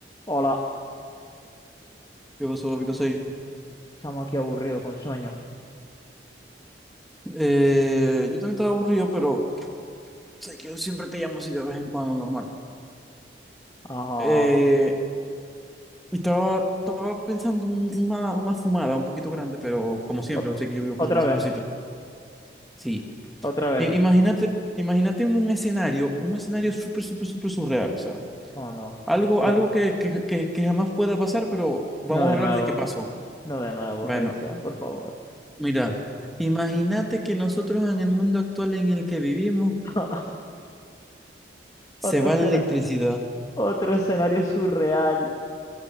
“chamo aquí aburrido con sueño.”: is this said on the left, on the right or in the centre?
Left